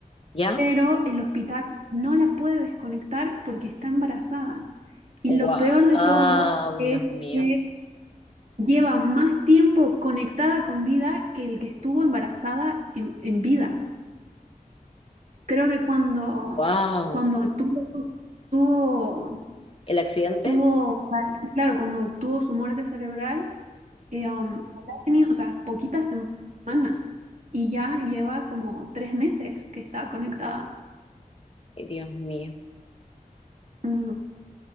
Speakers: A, on the left; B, on the right.
A: ¿Ya?
B: pero el hospital no la puede desconectar porque está embarazada. Y
A: Wow.
B: lo peor de todo es
A: Dios mío.
B: que Lleva más tiempo conectada con vida que el que estuvo embarazada en, en vida. Creo que cuando,
A: Wow.
B: cuando tuvo, tuvo,
A: ¿El accidente?
B: tuvo, claro, cuando tuvo su muerte cerebral, eh, um, habrá tenido, o sea, poquitas semanas y ya lleva como tres meses que está conectada.
A: Ay, Dios mío.
B: Ujú.